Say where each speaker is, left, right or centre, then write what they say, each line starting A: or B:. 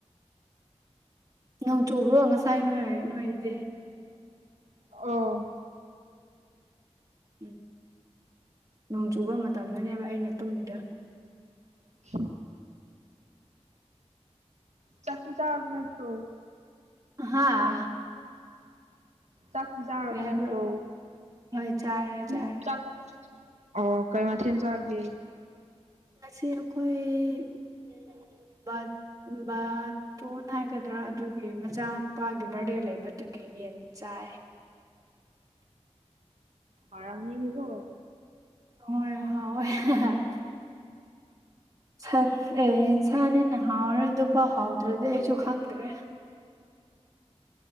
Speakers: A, on the right; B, on the right.
A: ꯅꯣꯡ ꯆꯨꯕ꯭ꯔꯣ ꯉꯁꯥꯏ ꯅꯣꯏ ꯅꯣꯏꯗꯗꯤ
B: ꯑꯣ
A: ꯎꯝ ꯅꯣꯡ ꯆꯨꯕ ꯃꯇꯝꯗꯨꯅꯦꯕ ꯑꯩꯅ ꯇꯨꯝꯃꯤꯗ
B: <unintelligible> ꯆꯥꯛꯔꯤ ꯆꯥꯕꯅ ꯅꯠꯇꯔꯣ
A: ꯍꯥꯥ
B: ꯆꯥꯛꯇꯤ ꯆꯥꯔꯕ
A: ꯀꯔꯤ ꯍꯥꯏꯕ꯭ꯔꯣ
B: ꯅꯠꯇ꯭ꯔꯣ
A: ꯍꯣꯏ ꯆꯥꯔꯦ ꯆꯥꯔꯦ
B: ꯎ ꯆꯥꯛ ꯑꯣ ꯀꯩ ꯃꯊꯦꯜ ꯆꯒꯦ
A: ꯃꯁꯤ ꯑꯩꯈꯣꯏ <unintelligible> ꯇꯨꯅ ꯍꯥꯏꯒꯗ꯭ꯔꯥ ꯑꯗꯨꯒꯤ ꯃꯆꯥꯅꯨꯄꯥꯒꯤ ꯕꯥꯔꯗꯦ ꯂꯩꯕꯗꯨꯒꯤ ꯌꯦꯟ ꯆꯥꯏ
B: ꯑꯔꯝꯅꯤ ꯃꯤꯀꯣ
A: ꯍꯣꯏ ꯍꯥꯎꯋꯦ ꯍꯦ ꯍꯦ ꯁꯟ ꯑꯦ ꯁꯥꯅꯤꯅ ꯍꯥꯎꯔꯦ ꯑꯗꯨ ꯐꯥꯎ ꯍꯥꯎꯗ꯭ꯔꯗꯤ ꯑꯩꯁꯨ ꯈꯪꯗ꯭ꯔꯦ